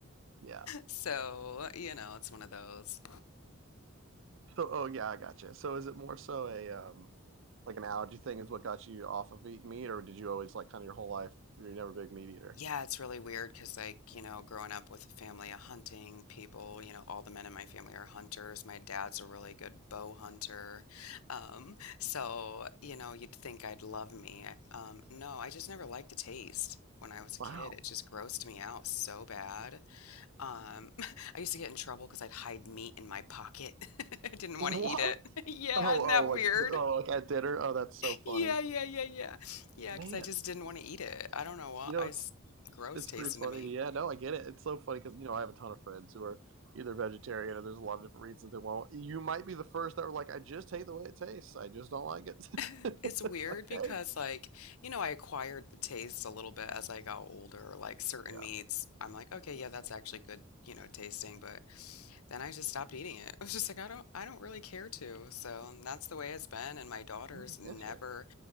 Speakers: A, on the right; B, on the left.
A: yeah.
B: So, you know, it's one of those.
A: So, oh yeah, I gotcha. So, is it more so a um, like an allergy thing is what got you off of eating meat, or did you always like kind of your whole life you're never a big meat eater?
B: Yeah, it's really weird because, like, you know, growing up with a family of hunting people, you know, all the men in my family are hunters. My dad's a really good bow hunter. Um, so, you know, you'd think I'd love me. Um, no, I just never liked the taste. When I was a
A: Wow.
B: kid, it just grossed me out so bad. Um, <laughs> I used to get in trouble because I'd hide meat in my pocket. <laughs> I didn't
A: What?
B: want to eat it.
A: <laughs>
B: <laughs> Yeah,
A: Oh,
B: isn't
A: oh,
B: that
A: like
B: weird?
A: oh, like at dinner. Oh, that's so funny,
B: Yeah, yeah, yeah, yeah. Yeah,
A: man.
B: because I just didn't want to eat it. I don't know why.
A: You know,
B: I
A: it's
B: s- gross
A: it's
B: tasting
A: pretty funny.
B: to me.
A: Yeah, no, I get it. It's so funny because you know I have a ton of friends who are either vegetarian or there's a lot of different reasons they won't. You might be the first that were like, I just hate the way it tastes. I just don't like it.
B: <laughs>
A: <laughs>
B: It's weird
A: it's like,
B: because,
A: okay,
B: like, you know, I acquired the taste a little bit as I got older. Like, certain
A: yeah,
B: meats, I'm like, okay, yeah, that's actually good, you know, tasting. But then I just stopped eating it. <laughs> I was just like, I don't, I don't really care to. So that's the way it's been. And my daughters
A: Oh, I get
B: never
A: you.